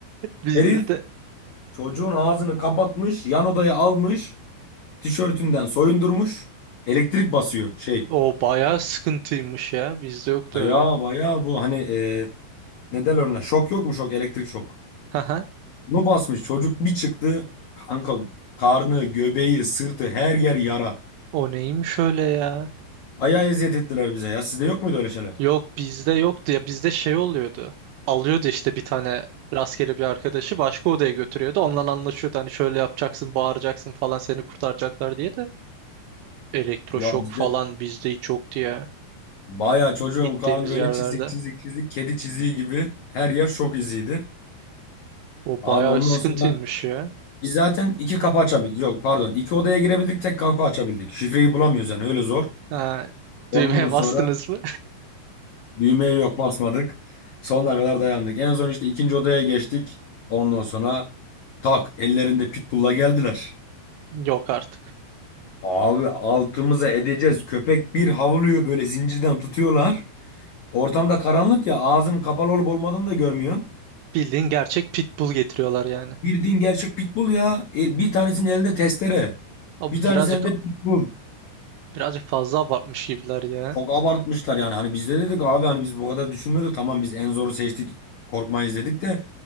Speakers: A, on the right; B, on the left.
A: Bizde
B: Herif
A: de
B: çocuğun ağzını kapatmış. Yan odaya almış. Tişörtünden soyundurmuş. Elektrik basıyor şey.
A: o bayağı sıkıntıymış ya. Bizde yoktu
B: Baya
A: öyle.
B: baya bu hani e, ne derler ona? Şok yok mu şok? Elektrik şok.
A: <laughs>
B: Bunu basmış. Çocuk bir çıktı. Kanka karnı, göbeği, sırtı her yer yara.
A: O neymiş öyle ya?
B: Bayağı eziyet ettiler bize ya. Sizde yok muydu öyle şeyler?
A: Yok bizde yoktu ya bizde şey oluyordu. Alıyordu işte bir tane rastgele bir arkadaşı başka odaya götürüyordu. Onunla anlaşıyordu hani şöyle yapacaksın bağıracaksın falan seni kurtaracaklar diye de. Elektroşok
B: Ya bizde
A: falan bizde hiç yoktu ya
B: bayağı çocuğun
A: gittiğimiz
B: karnı böyle
A: yerlerde.
B: çizik çizik çizik kedi çiziği gibi her yer şok iziydi.
A: O
B: Abi
A: bayağı
B: ondan
A: sıkıntıymış
B: sonra
A: ya.
B: biz zaten iki kapı açabildik. Yok pardon iki odaya girebildik tek kapı açabildik. Şifreyi bulamıyoruz yani öyle zor.
A: Ha,
B: Ondan
A: düğmeye
B: sonra
A: bastınız mı?
B: düğmeye yok basmadık. Sonuna kadar dayandık. En son işte ikinci odaya geçtik. Ondan sonra tak ellerinde pitbull'la geldiler.
A: <laughs> Yok artık.
B: Abi altımıza edeceğiz. Köpek bir havlıyor böyle zincirden tutuyorlar. Ortamda karanlık ya ağzının kapalı olup olmadığını da görmüyorsun.
A: Bildiğin gerçek pitbull getiriyorlar yani.
B: Bildiğin gerçek pitbull ya. El- Bir tanesinin elinde testere.
A: Abi
B: Bir tanesinin
A: birazcık
B: elinde pitbull.
A: birazcık fazla abartmış gibiler ya.
B: Çok abartmışlar yani. Hani biz de dedik abi hani biz bu kadar düşünmedik. Tamam biz en zoru seçtik. Korkmayız dedik de.